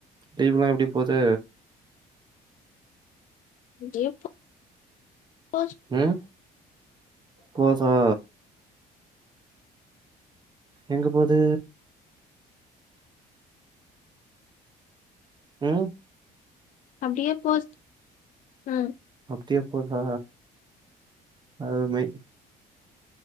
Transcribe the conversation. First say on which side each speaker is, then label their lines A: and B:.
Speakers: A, on the right; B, on the left.
A: லீவுலா எப்டி போது
B: உம் ஜெ கெ ஆச்
A: ம் போதா எங்க போது உம்
B: அப்டியா போது உம்
A: அப்படியே போதா அருமை